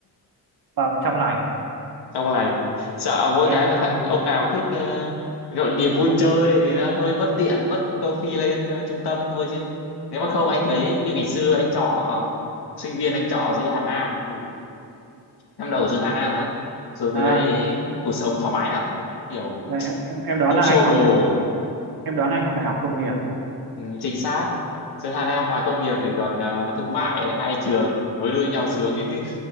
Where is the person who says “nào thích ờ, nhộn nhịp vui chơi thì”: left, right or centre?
Left